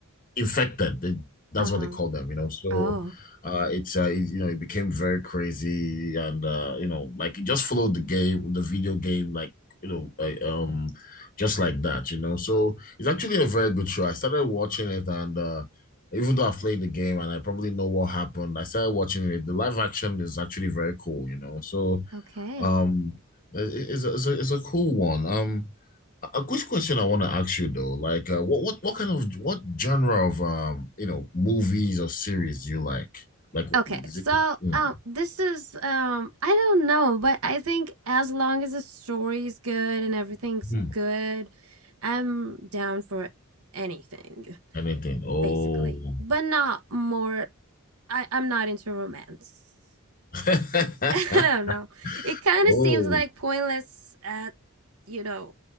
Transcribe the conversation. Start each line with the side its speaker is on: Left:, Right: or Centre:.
Left: infected. They, that's
Right: uh-huh
Left: what they call them, you know. So
Right: oh
Left: uh, it's uh, it, you know it became very crazy, and uh, you know like it just followed the game, the video game, like you know uh, um just like that, you know. So it's actually a very good show. I started watching it, and uh, even though I played the game and I probably know what happened, I started watching it. The live action is actually very cool, you know. So
Right: okay
Left: um, it- it's a, it's a, it's a cool one. Um, a quick question I want to ask you though, like uh, what what what kind of what genre of um you know movies or series do you like? Like
Right: Okay,
Left: is
Right: so
Left: it mm,
Right: um, this is um, I don't know, but I think as long as the story's good and everything's
Left: Hmm.
Right: good, I'm down for anything
Left: anything? Oh,
Right: basically, but not more. I I'm not into romance. <laughs>
Left: <laughs>
Right: I don't know. It kind
Left: oh,
Right: of seems like pointless at, you know,